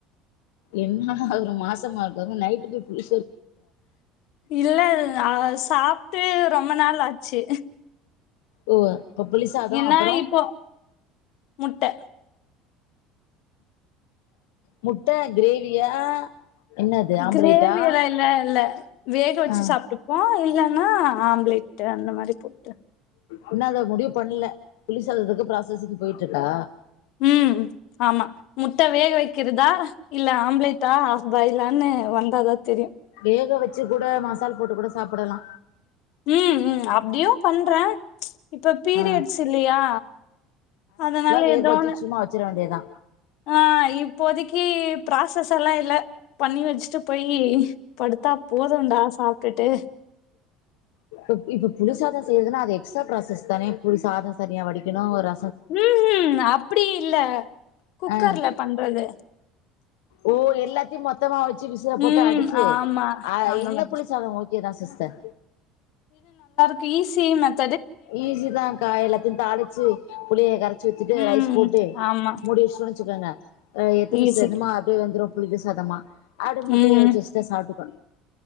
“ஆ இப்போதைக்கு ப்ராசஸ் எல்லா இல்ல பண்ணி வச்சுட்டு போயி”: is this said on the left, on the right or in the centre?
Left